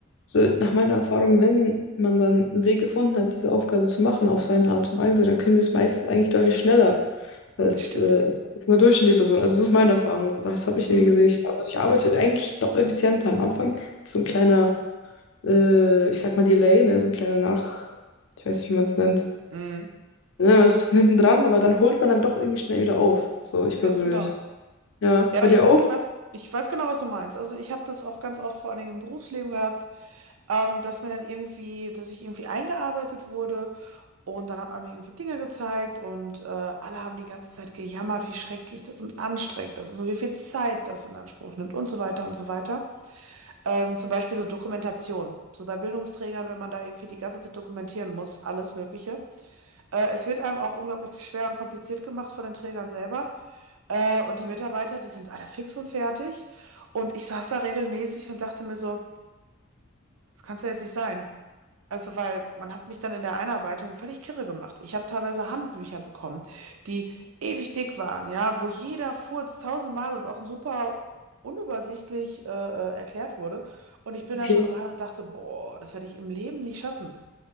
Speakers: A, on the left; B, on the right.
A: so nach meiner Erfahrung, wenn man dann einen Weg gefunden hat, diese Aufgabe zu machen auf seine Art und Weise, dann können wir es meistens eigentlich deutlich schneller als
B: Stimmt.
A: äh, als eine durchschnittliche Person. Also das ist meine Erfahrung. So, das habe ich
B: Mhm.
A: irgendwie gesehen. Ich, also ich arbeite eigentlich doch effizienter. Am Anfang ist so ein kleiner, äh, ich sag mal Delay, ne? So ein kleiner Nach, ich weiß nicht, wie man es nennt.
B: Mhm.
A: Ne, man ist ein bisschen hinten dran, aber dann holt man dann doch irgendwie schnell wieder auf. So, ich persönlich.
B: Ganz genau.
A: Ja,
B: Ja, aber
A: bei dir
B: ich,
A: auch?
B: ich weiß, ich weiß genau, was du meinst. Also ich habe das auch ganz oft vor allen Dingen im Berufsleben gehabt. Ähm, dass mir dann irgendwie, dass ich irgendwie eingearbeitet wurde und dann hat man mir irgendwie Dinge gezeigt und äh, alle haben die ganze Zeit gejammert, wie schrecklich das und anstrengend das ist und wie viel Zeit das in Anspruch nimmt und so weiter und so weiter. Ähm, zum Beispiel so Dokumentation. So bei Bildungsträgern, wenn man da irgendwie die ganze Zeit dokumentieren muss, alles Mögliche. Äh, es wird einem auch unglaublich schwer und kompliziert gemacht von den Trägern selber. Äh, und die Mitarbeiter, die sind alle fix und fertig. Und ich saß da regelmäßig und dachte mir so, das kann es ja jetzt nicht sein. Also, weil man hat mich dann in der Einarbeitung völlig kirre gemacht. Ich habe teilweise Handbücher bekommen, die ewig dick waren, ja, wo jeder Furz tausendmal und auch super unübersichtlich äh, äh, erklärt wurde. Und ich bin
A: Okay.
B: da schon rein und dachte, boah, das werde ich im Leben nicht schaffen.